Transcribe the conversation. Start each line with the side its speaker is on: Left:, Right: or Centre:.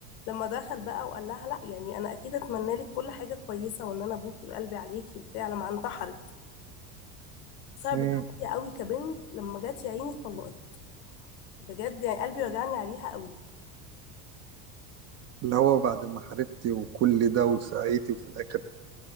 Left: لما دخل بقى وقال لها لا يعني انا اكيد اتمنى لك كل حاجه كويسه وان انا ابوكي وقلبي عليكي وبتاع لما انتحرت صعبت
Right: مم.
Left: عليا قوي كبنت لما جت يا عيني اتطلقت بجد يعني قلبي وجعني عليها قوي
Right: اللي هو بعد ما حاربتي وكل ده وسعيتي وفي الاخر